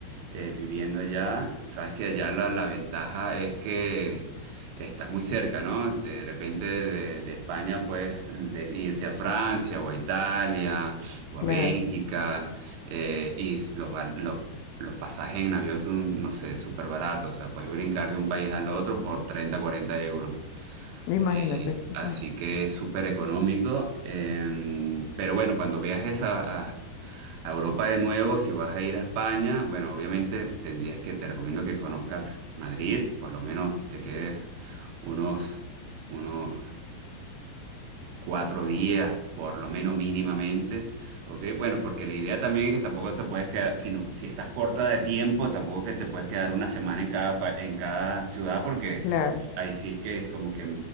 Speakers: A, on the right; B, on the left.
A: eh, viviendo allá, sabes que allá la, la ventaja es que estás muy cerca, ¿no? De repente de, de España puedes de- irte a Francia o a Italia o a
B: Claro,
A: Bélgica eh, y los, val- los, los pasajes en avión son, no sé, súper baratos, o sea, puedes brincar de un país al otro por 30 40 euros.
B: imagínate.
A: Eh,
B: ujú,
A: así que es súper económico. em, pero bueno, cuando viajes a, a- a Europa de nuevo, si vas a ir a España, bueno, obviamente tendrías que, te recomiendo que conozcas Madrid, por lo menos te quedes unos, unos cuatro días, por lo menos mínimamente, ¿ok? Bueno, porque la idea también es que tampoco te puedes quedar, si, no- si estás corta de tiempo, tampoco que te puedes quedar una semana en cada, pa- en cada ciudad, porque
B: Claro,
A: ahí sí es que es como que